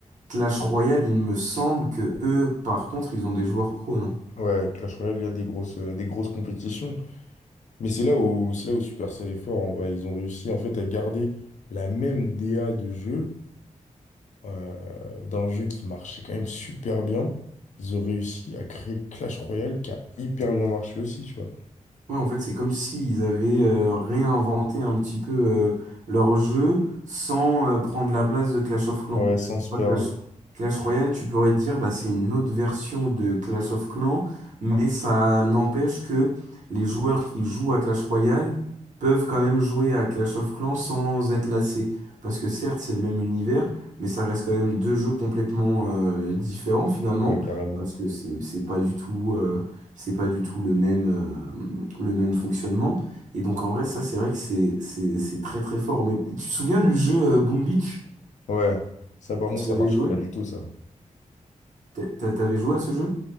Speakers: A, on the right (about 70°); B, on the left (about 65°).
A: Clash Royale, il me semble que eux, par contre, ils ont des joueurs pro, non?
B: Ouais, Clash Royale, il y a des grosses, euh, des grosses compétitions. Mais c'est là où, c'est là où Supercell est fort, en vrai. Ils ont réussi, en fait, à garder la même DA de jeu, euh, d'un jeu qui marchait quand même super bien. Ils ont réussi à créer Clash Royale qui a hyper bien marché aussi, tu vois.
A: Ouais, en fait, c'est comme s'ils avaient euh, réinventé un petit peu euh, leur jeu sans euh, prendre la place de Clash of Clans.
B: Ouais, sans se
A: Tu vois,
B: perdre.
A: Clash, Clash Royale, tu pourrais te dire, bah, c'est une autre version de Clash of Clans, mais ça n'empêche que les joueurs qui jouent à Clash Royale peuvent quand même jouer à Clash of Clans sans être lassés. Parce que certes, c'est le même univers, mais ça reste quand même deux jeux complètement euh, différents finalement,
B: Ouais, carrément.
A: parce que c'est c'est pas du tout... euh, c'est pas du tout le même. euh, le même fonctionnement. Et donc, en vrai, ça, c'est vrai que c'est c'est- c'est très très fort. Mais tu te souviens du jeu euh, Boom Beach?
B: Ouais. Ça, par contre,
A: Tu
B: ça
A: y avais
B: marchait
A: joué?
B: pas du tout, ça.
A: T'a- t'a- T'avais joué à ce jeu?